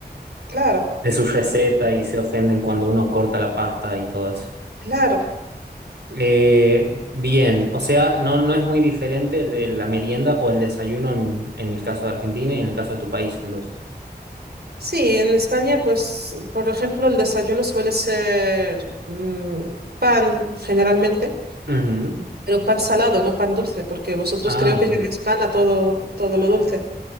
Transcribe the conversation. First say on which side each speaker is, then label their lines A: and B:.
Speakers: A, on the right; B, on the right.
A: Claro,
B: de su receta y se ofenden cuando uno corta la pasta y todo eso.
A: claro.
B: Eh, bien, o sea, no, no es muy diferente el- la merienda o el desayuno en, en el caso de Argentina y en el caso de tu país, entonces.
A: Sí, en España, pues, por ejemplo, el desayuno suele ser mm, pan generalmente,
B: Ujú.
A: pero pan salado, no pan dulce, porque vosotros
B: Ah,
A: creo que
B: bien.
A: llamáis pan a todo, todo lo dulce.